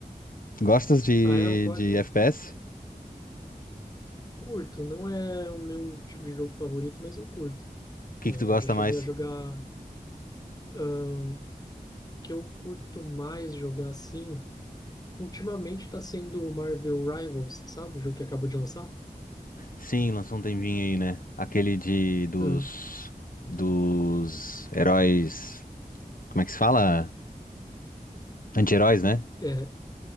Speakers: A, on the left; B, on the left.
A: Gostas de,
B: Ah, é, eu, gosto-
A: de
B: eu
A: FPS? O
B: curto. Não é o meu tipo de jogo favorito, mas eu curto.
A: que
B: É,
A: que tu gosta
B: eu já cheguei
A: mais?
B: a jogar... ahn, O que eu curto mais jogar, assim, ultimamente tá sendo o Marvel Rivals, sabe? O jogo que acabou de lançar.
A: Sim, lançou um tempinho aí, né? Aquele de dos
B: Uhum.
A: dos heróis, como é que se fala? Anti-heróis, né?
B: É,